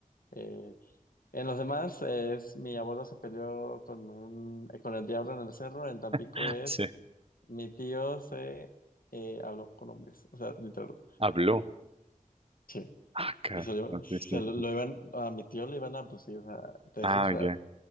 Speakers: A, on the left; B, on the right.
A: eh, en los demás es mi abuelo se peleó con un, eh, con el diablo en el cerro, en Tampico
B: <laughs>
A: es
B: Sí.
A: mi tío se eh, habló con hombres, o sea, literal.
B: Habló.
A: Sí.
B: Acá.
A: Y se, lo, iba- se
B: Sí, sí,
A: lo, lo
B: sí.
A: iban, a mi tío le iban a abducir, o sea, de
B: Ah,
A: eso es real.
B: ya.